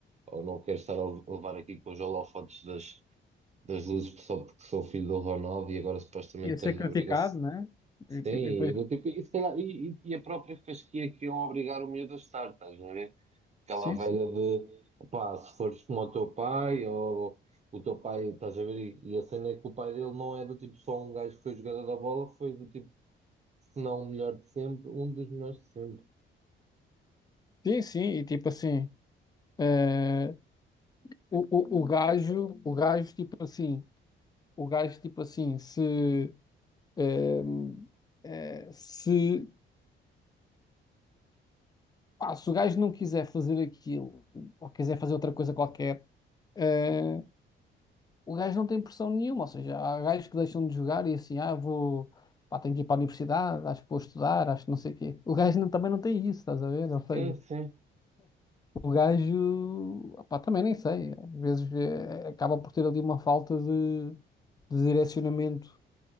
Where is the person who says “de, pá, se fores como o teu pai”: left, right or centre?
Right